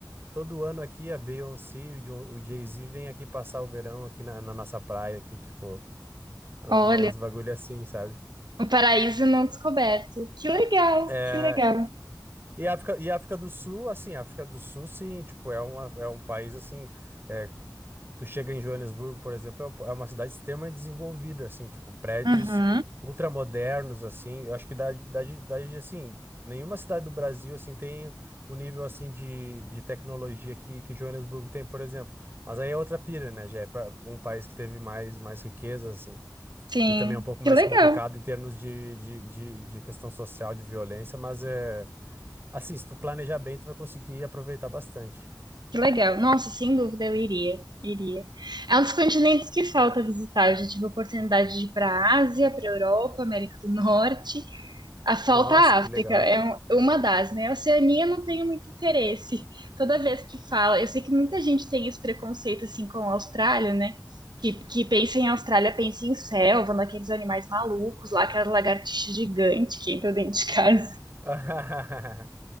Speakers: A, on the right (about 30°); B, on the right (about 75°).
A: Todo ano aqui a Beyoncé e o Jon- o Jay-Z vêm aqui passar o verão aqui na, na nossa praia, aqui, tipo, um-
B: olha,
A: os bagulho assim, sabe?
B: um paraíso não descoberto. Que legal,
A: É,
B: que legal.
A: e África, e África do Sul, assim, África do Sul, sim, tipo, é, uma, é um país, assim, é, Tu chega em Joanesburgo, por exemplo, é uma é uma cidade extremamente desenvolvida, assim, tipo, prédios
B: Uhum,
A: ultramodernos, assim, eu acho que da, da, da, assim, nenhuma cidade do Brasil, assim, tem o nível, assim, de, de tecnologia que, que Joanesburgo tem, por exemplo, mas aí é outra pira, né, já é pra um país que teve mais, mais riqueza, assim,
B: sim,
A: e também é um pouco
B: que
A: mais
B: legal.
A: complicado em termos de, de, de, de questão social, de violência, mas é, assim, se tu planejar bem, tu vai conseguir aproveitar bastante.
B: Que legal. Nossa, sem dúvida eu iria. Iria. É um dos continentes que falta visitar. Eu já tive a oportunidade de ir para a Ásia, para a Europa, América do Norte. A falta
A: Nossa,
B: a
A: que
B: África
A: legal.
B: é um- uma das, né? A Oceania eu não tenho muito interesse. Toda vez que fala, eu sei que muita gente tem esse preconceito assim com a Austrália, né? Que, que pensa em Austrália, pensa em selva, naqueles animais malucos lá, aquelas lagartixas gigantes que entram dentro de casa.
A: <laughs>